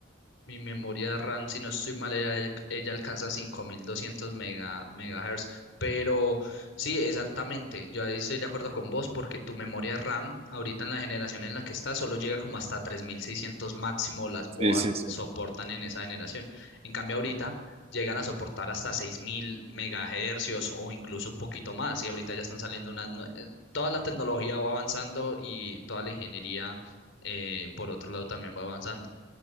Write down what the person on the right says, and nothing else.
Sí, sí, sí.